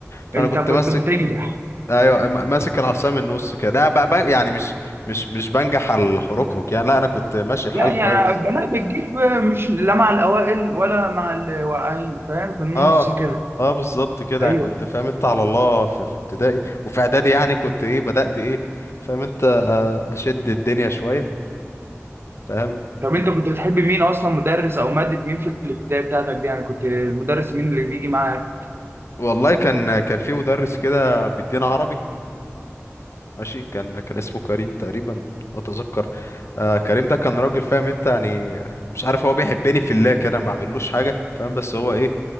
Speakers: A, on the left; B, on the right.
A: فانا
B: انت
A: كنت
B: كنت
A: ماسك
B: بتنجح
A: ايوه م- ماسك العصا من النص كده لا بقى بقى- يعني مش مش مش بنجح على الحركرك يعني لا انا كنت ماشي الحال
B: لا يعني
A: كويس
B: انا بتجيب مش لا مع الاوائل ولا مع الواقعين فاهم في النص
A: اه
B: كده
A: اه بالظبط كده
B: ايوه
A: كنت فاهم انت على الله في, في ابتدائي وفي اعدادي يعني كنت ايه بدأت ايه فاهم انت آه، اشد الدنيا شوية فاهم
B: طب انت كنت بتحب مين اصلا مدرس او ماده مين في الابتدائي بتاعتك دي يعني كنت مدرس مين اللي بيجي معاك
A: والله كان كان في مدرس كده بيدينا عربي ماشي كان كان اسمه كريم تقريبا لو اتذكر آه كريم ده كان راجل فاهم انت يعني آه، مش عارف هو بيحبني في الله كده ما بعملوش حاجه فاهم بس هو ايه